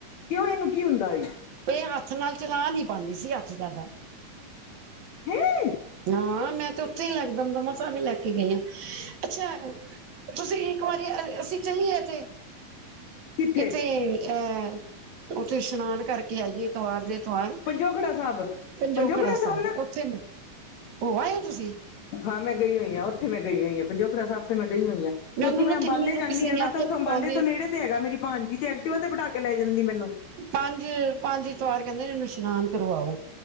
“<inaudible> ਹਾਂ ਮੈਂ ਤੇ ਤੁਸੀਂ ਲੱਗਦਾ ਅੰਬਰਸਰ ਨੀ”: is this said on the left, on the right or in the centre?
Right